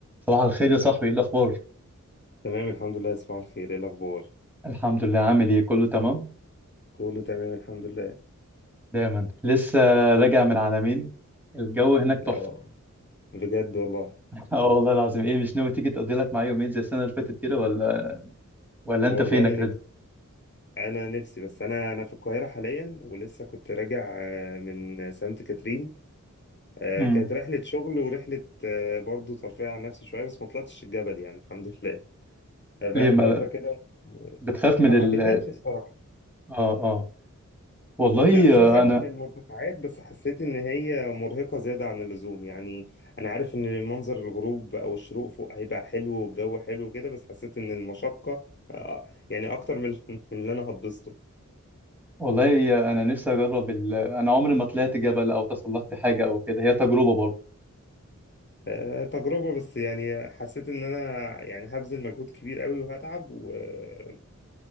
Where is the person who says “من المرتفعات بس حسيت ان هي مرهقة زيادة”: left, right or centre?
Left